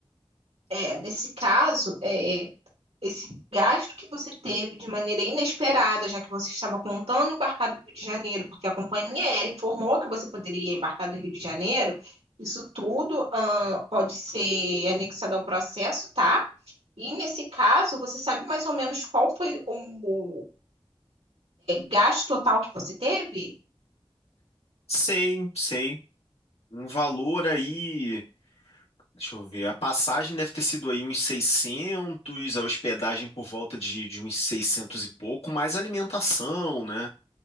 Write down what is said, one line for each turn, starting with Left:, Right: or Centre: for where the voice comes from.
Right: É, nesse caso, é, esse gasto que você teve de maneira inesperada, já que você estava contando embarcar do Rio de Janeiro, porque a companhia aérea informou que você poderia embarcar do Rio de Janeiro, isso tudo ah, pode ser anexado ao processo, tá? E nesse caso, você sabe mais ou menos qual foi o gasto total que você teve?
Left: Sei, sei. Um valor aí, deixa eu ver, a passagem deve ter sido aí uns seiscentos a hospedagem por volta de, de uns 600 e pouco, mais alimentação, né?